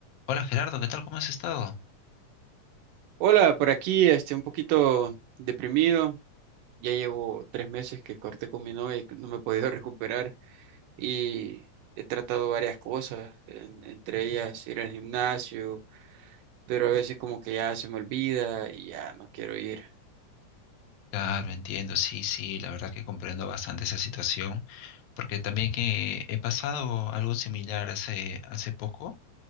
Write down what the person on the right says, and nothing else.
Hola, por aquí este, un poquito deprimido. Ya llevo tres meses que corté con mi novia y no me he podido <laughs> recuperar. Y he tratado varias cosas, en- entre ellas ir al gimnasio, pero a veces como que ya se me olvida y ya no quiero ir.